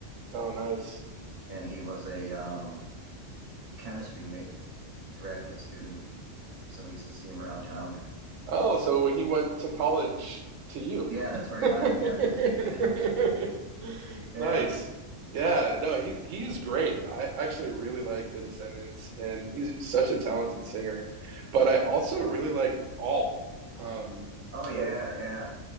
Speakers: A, on the right; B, on the right.
A: Oh, nice.
B: and he was a um chemistry ma graduate student, so we used to see him around town.
A: Oh, so when he went to college to you.
B: Yeah, that's where he
A: <laughs>
B: went. Yeah. <laughs> Yeah.
A: Nice. Yeah, no, he he's great. I actually really like The Descendants, and he's such a talented singer. But I also really like All. Um,
B: Oh yeah,
A: like
B: yeah.